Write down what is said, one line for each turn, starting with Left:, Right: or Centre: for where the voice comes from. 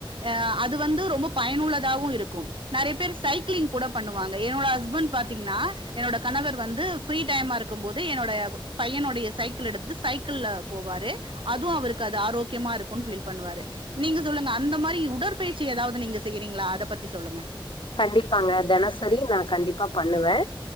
Right: அ அது வந்து ரொம்ப பயனுள்ளதாவு இருக்கு நறைய பேரு சைக்ளிங் கூட பண்ணுவாங்க என்னோட ஹஸ்பண்ட் பாத்தீங்ன்னா என்னோட கணவர் வந்து ஃப்ரீ டைமா இருக்குபோது என்னோட பையனுடைய சைக்கிள் எடுத்துட்டு சைக்கிள்ல போவாரு அதுவு அவருக் கு அது ஆரோக்யமா இருக்குன் ஃபீல் பண்ணுவாரு நீங்க சொல்லுங்க அந்த மாரி உடற்பயிற்சி ஏதாவது நீங்க செய்றீங்களா அத பத்தி சொல்லுங்க
Left: கண்டிப்பாங்க தெனசரி நா கண்டிப்பா பண்ணுவே